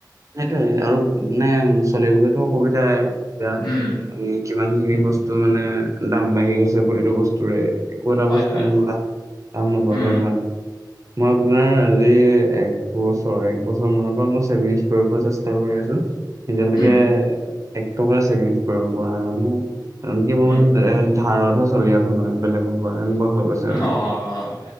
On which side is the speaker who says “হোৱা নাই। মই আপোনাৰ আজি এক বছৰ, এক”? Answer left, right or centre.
Right